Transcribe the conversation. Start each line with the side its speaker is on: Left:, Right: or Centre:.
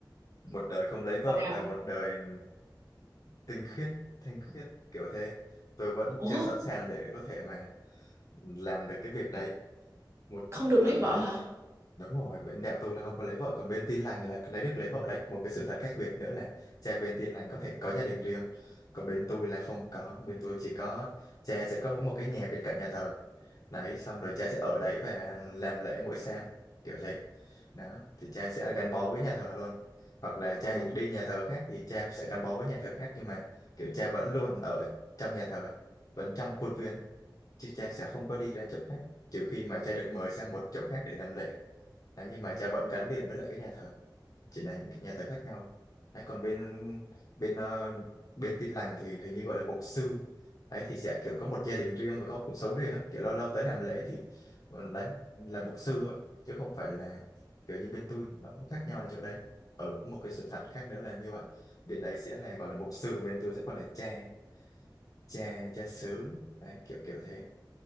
Left: một đời không lấy vợ
Right: wow
Left: và một đời tinh khiết thanh khiết kiểu thế tôi vẫn
Right: ủa
Left: chưa sẵn sàng để có thể mà làm được cái việc đấy một
Right: không được
Left: ở
Right: lấy
Left: ừ,
Right: vợ
Left: đấy
Right: hả
Left: Đúng rồi, bên đẹo tôi là không có lấy vợ, còn bên tin lành là lấy được lấy vợ đấy. Một cái sự thật khác biệt nữa là cha bên tin lành có thể có gia đình riêng, còn bên tôi là không có. Bên tôi chỉ có cha sẽ có một cái nhà bên cạnh nhà thờ. Đấy, xong rồi cha sẽ ở đấy và làm lễ mỗi sáng, kiểu thế. Đó, thì cha sẽ gắn bó với nhà thờ luôn. Hoặc là cha
Right: Ờ.
Left: đi nhà thờ khác thì cha sẽ gắn bó với nhà thờ khác, nhưng mà kiểu cha vẫn luôn ở trong nhà thờ, vẫn trong khuôn viên chứ cha sẽ không có đi ra chỗ khác trừ khi mà cha được mời sang một chỗ khác để làm lễ đấy, nhưng mà cha vẫn gắn liền với lại cái nhà thờ chỉ là những cái nhà thờ khác nhau đấy, còn bên bên ờ, bên Tin lành thì hình như gọi là mục sư đấy thì sẽ kiểu có một gia đình riêng và có cuộc sống riêng ấy. kiểu lâu lâu tới làm lễ thì ờ, đấy là mục sư thôi chứ không phải là kiểu như bên tôi nó, nó khác nhau là chỗ đấy ở có một cái sự thật khác nữa là như vậy bên đấy sẽ là gọi là mục sư bên tôi sẽ gọi là cha cha cha xứ đấy kiểu kiểu thế